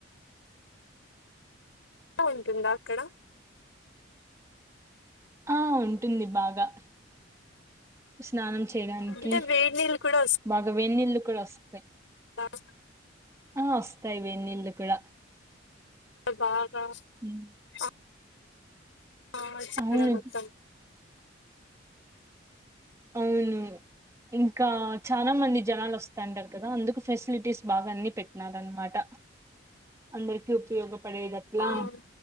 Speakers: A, on the left; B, on the right.
A: బావుటుందా అక్కడ
B: ఆ ఉంటుంది బాగా స్నానం చేయడానికి
A: అంటే వేడి నీళ్ళు కూడా
B: బాగా వెన్నీళ్ళు కూడా వస్తాయి.
A: టాస్
B: ఆ ఒస్తాయి వెన్నీళ్ళు కూడా
A: త బాగా బ
B: మ్మ్.
A: అ ఆ చక్కడ
B: అవును
A: మొత్తం
B: అవును ఇంకా చాలా మంది జనాలు వస్తాంటారు కదా అందుకు ఫెసిలిటీస్ బాగా అన్ని పెట్టినార్ అనమాట అందరికి ఉపయోగపడేది అట్లా
A: ఆ